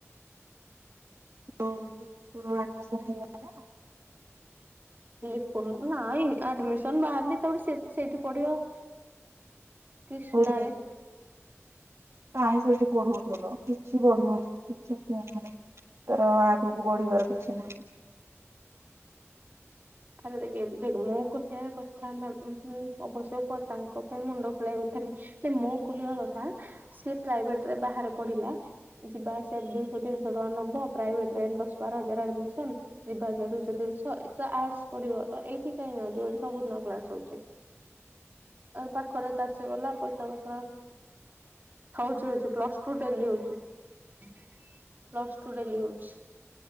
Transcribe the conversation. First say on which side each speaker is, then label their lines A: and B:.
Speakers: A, on the right (about 70°); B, on the right (about 40°).
A: <unintelligible> ହେଲାନା?
B: ଲିପନ ନାଇଁ ଆଡମିସନ ବାହାରନି ତାପରେ ସେ ସେଇଠି ପଢିବ। କ୍ରିଷ୍ଣାରେ
A: କାଉଠିକି? କାହିଁ ସେଇଠି ପଢ଼ଉଥଲ କିଛି ପଢ଼ିବନି କିଛି ଶୁଣନି। ତାର ଆଗକୁ ବଢିବାର କିଛି ନାହିଁ।
B: ତାହାଲେ ଦେଖେ ଦେଖ ମୁଁ କହିବା କଥା ହେଲା ମୁଁ ଅବଶ୍ୟକ ତାଙ୍କ ପାଇଁ ମୁଣ୍ଡ ଖୋଳେଇବା କଥା ନୁହେଁ। ନାଇଁ ମୁଁ କହିବା କଥା ସେ ପ୍ରାଇଭେଟରେ ବାହାରେ ପଢିଲା ଯିବା ଆସିବା ଦୁଇଶହ ତିନିଶହ ଟଙ୍କା ନବ ପ୍ରାଇଭେଟରେ ଏଇନ ଦଶ ବାର ହଜାର ଆଡମିସନ ଯିବା ଆସିବା ଦୁଇ ଶହ ତିନି ଶହ ଏତ ଆର୍ଟସ ପଢିବ ତ ଏଇଠି କାହିଁ ଯୋଉ ଏଠି ସବୁଦିନ କ୍ଲାସ ହଉଛି। ଆଉ ପାଖରେ ତାର ସେ ଗଲା ପଇସା ପତର ହଉଛି ହଉଛି ପ୍ଲସ୍ ଟୁ ଡେଲି ହଉଛି ପ୍ଲ ଟୁ ଡେଲି ହଉଛି।